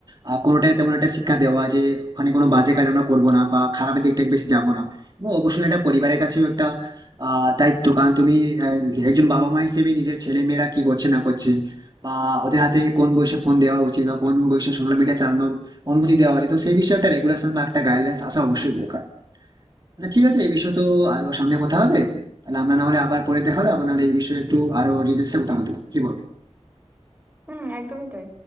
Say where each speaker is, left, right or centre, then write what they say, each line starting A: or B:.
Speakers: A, on the right (about 40°); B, on the right (about 15°).
A: আহ, কোনোটাই তেমন একটা শিক্ষা দেওয়া যে ওখানে কোনো বাজে কাজ আমরা করবো না বা খারাপের দিকটাকে বেশি যাবো না এবং অবশ্যই এটা পরিবারের কাছেও একটা আহ তাই তো কারণ তুমি আহ, একজন বাবা মা হিসেবে নিজের ছেলে মেয়েরা কি করছে না করছে বা ওদের হাতে কোন বয়সে ফোন দেওয়া উচিত বা কোন বয়সে সোশ্যাল মিডিয়া চালানোর অনুমতি দেওয়া উচিত তো সেই বিষয়ে একটা রেগুলেশন বা একটা গাইডলাইন্স আসা অবশ্যই দরকার আচ্ছা ঠিক আছে এই বিষয়ে তো আরো সামনে কথা হবে তাহলে আমরা না হলে আবার পরে দেখা হলো আবার নাহলে এই বিষয়ে একটু আরো ডিটেলসে কথা বলতে কি বল
B: হুম একদমই তাই